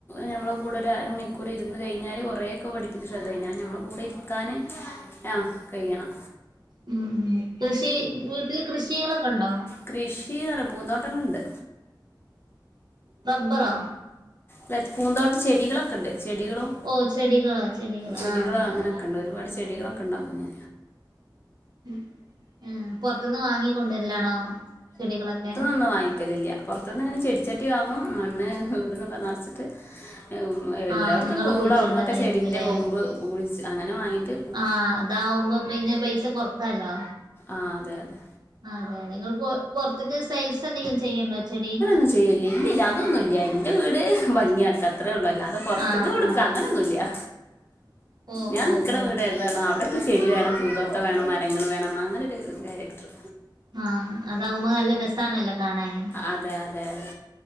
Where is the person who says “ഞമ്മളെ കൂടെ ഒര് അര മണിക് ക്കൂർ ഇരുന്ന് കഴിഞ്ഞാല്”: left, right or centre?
Left